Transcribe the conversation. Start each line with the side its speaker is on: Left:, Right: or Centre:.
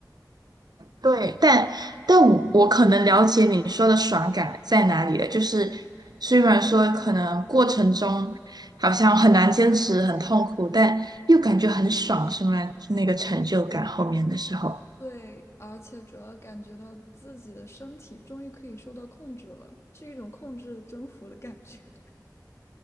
Right: 对，但但我我可能了解你说的爽感在哪里了，就是虽然说可能过程中好像很难坚持，很痛苦，但又感觉很爽，是吗？那个成就感后面的时候。
Left: 对，而且主要感觉到自己的身体终于可以受到控制了，是一种控制征服的感觉。<laughs>